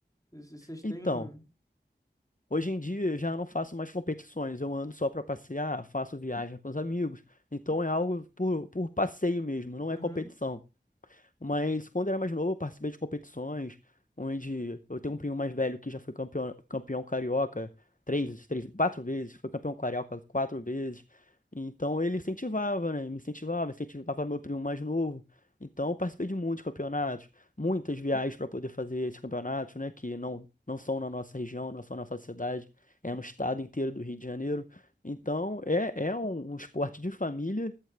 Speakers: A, on the left; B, on the left.
A: c- Vocês
B: Então,
A: têm.
B: hoje em dia eu já não faço mais competições, eu ando só para passear, faço viagem com os amigos. Então é algo por, por passeio mesmo, não
A: Uhum.
B: é competição. Mas quando eu era mais novo, eu participei de competições onde eu tenho um primo mais velho que já foi campeão, campeão carioca três, três, quatro vezes, foi campeão carioca quatro vezes. Então ele incentivava, né? Me incentivava, incentivava meu primo mais novo. Então eu participei de muitos campeonatos, muitas viagens para poder fazer esses campeonatos, né? Que não, não são na nossa região, não são na nossa cidade, é no estado inteiro do Rio de Janeiro. Então é, é um um esporte de família